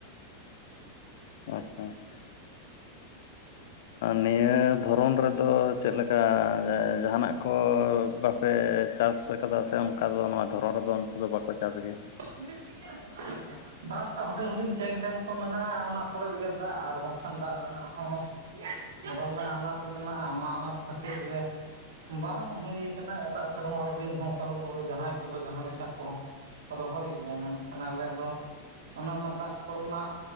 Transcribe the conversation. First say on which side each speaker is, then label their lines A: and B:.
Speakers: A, on the left (about 55°); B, on the right (about 65°).
A: ᱟᱪᱪᱷᱟ ᱟᱪᱪᱷᱟ, ᱱᱤᱭᱟᱹ ᱫᱷᱚᱨᱚᱱ ᱨᱮᱫᱚ ᱪᱮᱫ ᱞᱮᱠᱟ? <unintelligible> ᱡᱟᱸ ᱡᱟᱸ ᱡᱟᱦᱟᱱᱟᱜ ᱠᱚ ᱵᱟᱜ᱾ ᱯᱮ ᱪᱟᱥ ᱟᱠᱟᱫᱟ ᱥᱮ ᱚᱱᱠᱟ ᱫᱚ ᱱᱚᱣᱟ ᱫᱷᱚᱨᱚᱱ ᱨᱮᱫᱚ ᱚᱱᱛᱮᱫ ᱫᱚ ᱵᱟᱠᱚ ᱪᱟᱥ ᱜᱮᱭᱟ
B: <inaudible>
A: <inaudible>
B: ᱵᱟᱝ ᱚᱱᱠᱟ ᱦᱩᱰᱤᱧ ᱦᱩᱰᱤᱧ ᱪᱮᱠ ᱰᱮᱢ ᱠᱚ ᱢᱮᱱᱟᱜ-ᱟ ᱚᱱᱟ ᱠᱚᱨᱮ ᱜᱮ ᱫᱟᱜ ᱟᱨ ᱵᱟᱝᱠᱷᱟᱱ ᱫᱟᱜ ᱨᱮᱱᱟᱜ ᱦᱚᱸ ᱫᱚᱢᱮ ᱟᱱᱟᱴ ᱢᱮᱱᱟᱜᱼᱟ ᱚᱱᱟ ᱟᱱᱟᱴ ᱠᱷᱟᱹᱛᱤᱨ ᱜᱮ ᱵᱟᱝ ᱦᱩᱭ ᱟᱠᱟᱱᱟ᱾ ᱥᱮᱛᱟᱜ ᱥᱮᱨᱢᱟ ᱩᱰᱤ ᱫᱤᱱ ᱦᱚᱞᱠᱟᱞᱚᱢ ᱫᱚ ᱡᱟᱦᱟᱸᱭ ᱠᱚᱫᱚ ᱡᱟᱦᱟᱸ ᱞᱮᱠᱟ ᱠᱚ᱾ ᱨᱚᱦᱚᱭ ᱜᱮᱭᱟ ᱢᱮᱱᱠᱷᱟᱱ ᱟᱞᱮ ᱫᱚ ᱚᱱᱮ ᱚᱱᱟ ᱫᱟᱜ ᱠᱚᱨᱮᱱᱟᱜ